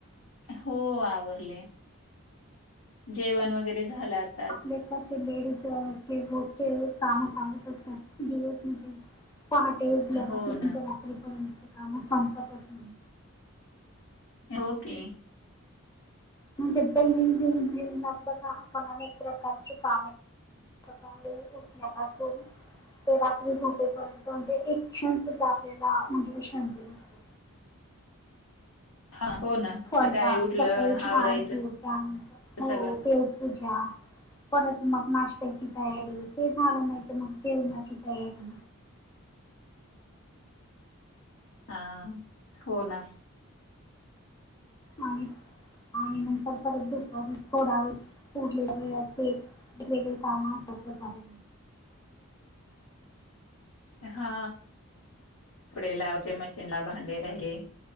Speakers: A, on the left (about 90°); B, on the left (about 15°).
A: हो आवरले जेवण वगैरे झालं आता
B: आपले कसे लेडीजचे बक काम चालूच असतात दिवस म्हणजे पहाटे उठल्यापासून
A: हो ना.
B: तर पर्यंत काम संपतच नाही.
A: ओके
B: म्हणजे दैनंदिन जीवना बघा पण अनेक प्रकारचे कामे सकाळी उठल्यापासून ते रात्री झोपेपर्यंत म्हणजे एक क्षण सुद्धा आपल्याला म्हणजे विश्रांती नसते.
A: हा हो ना
B: स्वयंपाक
A: सकाळी उठलं,
B: सकाळी झाड
A: आवरायचं
B: झुड दंत हो
A: सगळं.
B: देवपूजा परत मग नाश्त्याची तैयारी ते झालं नाहीत मग जेवणाची तैयारी
A: हा हो ना
B: आणि आणि नंतर परत दुपारी थोडा वेळ उरलेल्या वेळ ते वेगवेगळे काम असतं तर चालेल
A: हा पुढे लावचे मशीनला भांडे रा आहे.